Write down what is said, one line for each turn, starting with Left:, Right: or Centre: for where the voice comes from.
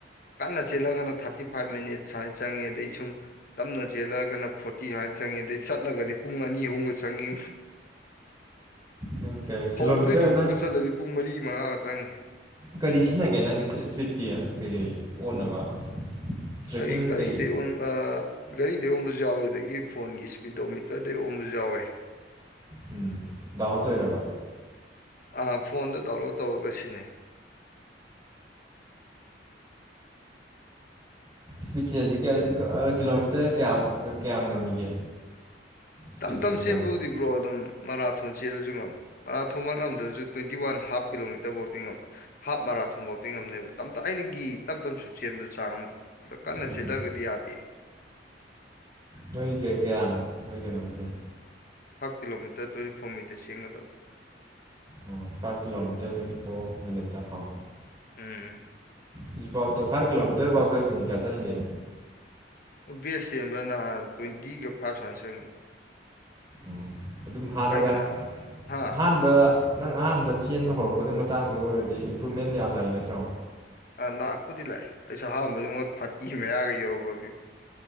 Left: ꯀꯟꯅ ꯆꯦꯜꯠꯂꯒꯅ ꯊꯥꯔꯇꯤ ꯐꯥꯏꯚ ꯃꯤꯅꯤꯠ ꯆꯥꯏ ꯆꯥꯡꯉꯦꯗꯩ ꯁꯨꯝ ꯇꯞꯅ ꯆꯦꯜꯂꯒꯅ ꯐꯣꯔꯇꯤ ꯍꯥꯏꯥꯟꯅ ꯆꯪꯉꯤ ꯑꯗꯩ ꯆꯠꯂꯒꯗꯤ ꯄꯨꯡ ꯑꯅꯤ ꯑꯍꯨꯝꯒ ꯆꯪꯉꯤ
Right: ꯅꯪ ꯀꯤꯂꯣꯃꯤꯇꯔ
Left: ꯍꯧꯕꯗꯒꯤꯩ ꯂꯣꯏꯕꯒ
Right: ꯅꯪ
Left: ꯆꯠꯂꯗꯤ ꯄꯨꯡ ꯃꯔꯤ ꯃꯉꯥ ꯆꯪꯉꯤ
Right: ꯀꯔꯤ ꯁꯤꯖꯤꯟꯅꯒꯦ ꯅꯪꯒꯤꯦ ꯏꯁꯄꯤꯠꯀꯤ ꯀꯩꯀꯩ ꯑꯣꯟꯅꯕ ꯇ꯭ꯔꯦꯛꯀꯤꯡ
Left: ꯑꯩ ꯒꯥꯔꯤꯗ
Right: ꯀꯩ
Left: ꯑ ꯒꯥꯔꯤꯗꯩ ꯑꯣꯝꯕꯁꯨ ꯌꯥꯎꯋꯦ ꯑꯗꯒꯤ ꯐꯣꯟꯒꯤ ꯏꯁꯄꯤꯗꯣ ꯃꯤꯇꯔꯗꯩ ꯑꯣꯝꯕꯁꯨ ꯌꯥꯎꯋꯦ
Right: ꯎꯝ ꯗꯥꯃ ꯇꯣꯏꯔꯕ
Left: ꯑ ꯐꯣꯟꯗꯣ ꯗꯥꯎꯟꯂꯣꯗ ꯇꯧꯔꯒ ꯁꯤꯅꯦ
Right: ꯁ꯭ꯄꯤꯠꯁꯦꯖꯤ ꯀꯤꯂꯣꯃꯤꯇꯔ ꯀꯌꯥꯝ ꯀꯌꯥꯝ ꯉꯝꯃꯤꯒꯦ ꯏꯁꯄꯤꯠꯁꯦ
Left: ꯇꯝ ꯇꯞ ꯆꯦꯟꯕꯕꯨꯗꯤꯕ꯭ꯔꯣ
Right: ꯀꯌꯥꯝ
Left: ꯑꯗꯨꯝ ꯃꯔꯥꯊꯣꯟ ꯆꯦꯜꯂꯁꯨ ꯉꯝꯗ ꯃꯔꯥꯊꯣꯟꯃꯛ ꯉꯝꯗ꯭ꯔꯁꯨ ꯇ꯭ꯋꯦꯟꯇꯤ ꯋꯥꯟ ꯍꯥꯐ ꯀꯤꯂꯣꯃꯤꯇꯔ ꯕꯣꯇꯤꯡ ꯍꯥꯐ ꯃꯔꯥꯊꯣꯟ ꯕꯣꯇꯤꯡ ꯑꯃꯝꯅꯦꯕ ꯇꯞꯇ ꯑꯩꯅꯒꯤ ꯇꯞ ꯇꯞꯁꯨ ꯆꯦꯟꯕꯗ ꯆꯥꯡ ꯑꯗ ꯑꯗꯣ ꯀꯟꯅ
Right: ꯎꯝ
Left: ꯆꯦꯜꯂꯒꯗꯤ ꯌꯥꯗꯦ
Right: ꯅꯣꯏꯒꯦ ꯀꯌꯥꯅꯣ ꯅꯣꯏ ꯀꯅꯣꯁꯦ
Left: half kilometre twenty four metre ꯁꯦꯝꯒꯗꯕ
Right: ꯑꯣ ꯐꯥꯏꯚ ꯀꯤꯂꯣꯃꯤꯇꯔ ꯇ꯭ꯋꯦꯟꯇꯤ ꯐꯣꯔ ꯃꯤꯅꯠꯇ ꯄꯥꯎ
Left: ꯑꯦ
Right: ꯍꯧꯖꯤꯛꯐꯥꯎꯗ ꯐꯥꯏꯚ ꯀꯤꯂꯣꯃꯤꯇꯔꯐꯥꯎꯖꯔꯕ ꯃꯤꯅꯤ ꯀꯌꯥ ꯆꯪꯒꯦ
Left: ꯕꯦꯁ ꯆꯦꯟꯕ ꯅꯍꯥꯟ ꯇ꯭ꯋꯦꯟꯇꯤꯒ ꯐꯥꯔꯚ ꯁꯨ ꯆꯪꯉꯅꯤ
Right: ꯎꯝ ꯑꯗꯨꯝ ꯍꯥꯟꯅꯒ
Left: ꯑꯩꯅ ꯍꯥ
Right: ꯑꯍꯥꯟꯕ ꯑꯗ ꯅꯪ ꯑꯍꯥꯟꯕ ꯆꯦꯟꯕ ꯍꯧꯔꯛꯄꯗꯨ ꯃꯇꯥꯡꯗ ꯑꯣꯏꯔꯗꯤ ꯏꯝꯄ꯭ꯔꯨꯚꯃꯦꯟ ꯌꯥꯝ ꯂꯥꯛꯏ ꯅꯠꯇ꯭ꯔꯣ
Left: ꯂꯥꯛꯄꯨꯗꯤ ꯂꯥꯛꯦ ꯑꯩꯁꯨ ꯑꯍꯝꯕꯗꯨꯉ ꯐꯥꯀꯤ ꯃꯌꯥꯒ ꯌꯧꯔꯕꯒꯤ